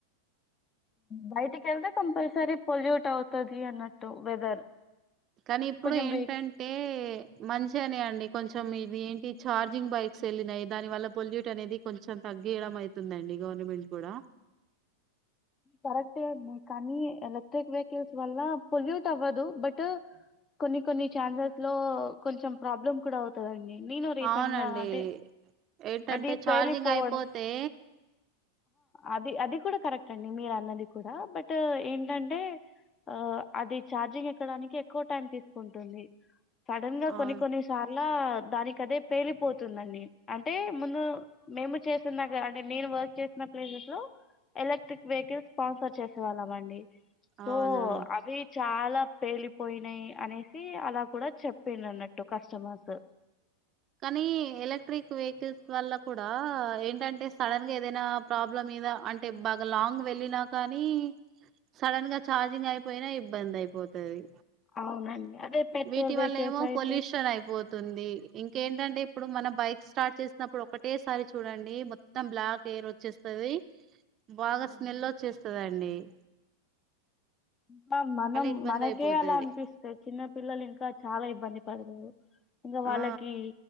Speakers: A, on the left; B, on the right.
A: బయటికెళ్తే కంపల్సరీ పొల్యూట్ అవుతాది అన్నట్టు వెదర్
B: కానీ ఇప్పుడు
A: కొంచెం
B: ఏంటంటే
A: వె
B: మంచిగానే అండి కొంచెం ఇది ఏంటి ఛార్జింగ్ బైక్స్ వెళ్ళినాయి దాని వల్ల పొల్యూట్ అనేది కొంచెం తగ్గియడం అవుతుందండి గవర్నమెంట్ కూడా
A: కరెక్టే అండి కానీ ఎలక్ట్రిక్ వెహికల్స్ వల్ల పొల్యూట్ అవ్వదు బట్ కొన్ని కొన్ని ఛాన్సెస్ లో కొంచెం ప్రాబ్లమ్ కూడా అవుతదండి నేను రీసెంట్
B: అవునండి
A: గా అంటే
B: ఏంటంటే
A: అది
B: ఛార్జింగ్
A: పేలిపోవడం
B: అయిపోతే
A: అది అది కూడా కరెక్ట్ అండి మీరన్నది కూడా బట్ ఏంటంటే ఆ అది చార్జింగ్ ఎక్కడానికి ఎక్కువ టైం తీసుకుంటుంది సడన్ గా
B: అవు
A: కొన్ని కొన్ని సార్ల దానికదే పేలిపోతుందండి అంటే ముందు మేము చేసేందాక అంటే నేను వర్క్ చేసి ఉన్న ప్లేసెస్ లో ఎలక్ట్రిక్ వెహికల్ స్పాన్సర్ చేసే వాళ్ళం అండి సో
B: అవునా
A: అవి చాలా పేలిపోయినాయి అనేసి అలా కూడా చెప్పింది అన్నట్టు కస్టమర్స్
B: కానీ ఎలక్ట్రిక్ వెహికల్స్ వల్ల కూడా, ఏంటంటే సడన్ గా ఏదైనా ప్రాబ్లం మీద అంటే బాగా లాంగ్ వెళ్ళినా కానీ సడన్ గా ఛార్జింగ్ అయిపోయినా ఇబ్బంది అయి పోతది
A: అవునండి అదే పెట్రోల్
B: వీటి వల్ల
A: వెహికల్స్
B: ఏమో
A: అయితే
B: పొల్యూషన్ అయిపోతుంది ఇంకేంటంటే అంటే ఇప్పుడు మనం బైక్ స్టార్ట్ చేసినప్పుడు ఒకటేసారి చూడండి మొత్తం బ్లాక్ ఎయిర్ వచ్చేస్తది బాగా
A: అవునండి.
B: స్మెల్ వచ్చేస్తుందండి మ్మ్
A: ఇంకా మనం
B: ఇబ్బంది
A: మనకే
B: అయిపోతది
A: అలా అనిపిస్తే చిన్న పిల్లలు ఇంకా చాలా ఇబ్బంది పడతారు ఇంగ వాళ్ళకి
B: ఆ